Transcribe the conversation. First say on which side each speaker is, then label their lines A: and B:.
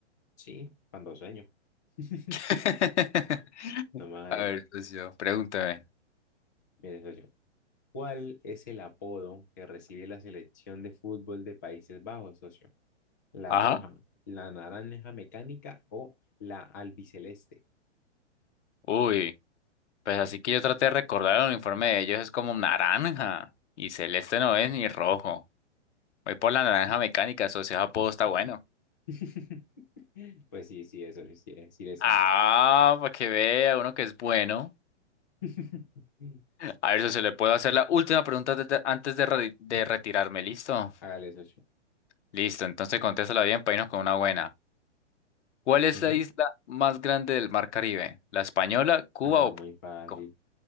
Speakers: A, on the left (about 15°); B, on the left (about 70°).
A: Sí, cuando sueño. <laughs>
B: <laughs>
A: Nomás ahí.
B: A ver, pues yo, pregúntame.
A: Mire, socio. ¿Cuál es el apodo que recibe la selección de fútbol de Países Bajos, socio? ¿La
B: Ajá.
A: roja, la naranja mecánica o la albiceleste?
B: Uy, pues así que yo traté de recordar el uniforme de ellos, es como naranja. Y celeste no es ni rojo. Voy por la naranja mecánica, socio, ese apodo está bueno.
A: <laughs> Pues sí, sí, eso sí, sí, eh, sí le sabe.
B: Ah, para que vea uno que es bueno.
A: <laughs>
B: A ver, socio, le puedo hacer la última pregunta de- de- antes de, re- de retirarme, ¿listo?
A: Hágale, socio.
B: Listo, entonces contéstala bien para irnos con una buena. ¿Cuál es
A: Ujú.
B: la isla más grande del Mar Caribe? ¿La Española, Cuba
A: Ah,
B: o
A: muy
B: Puerto
A: fácil.
B: Rico?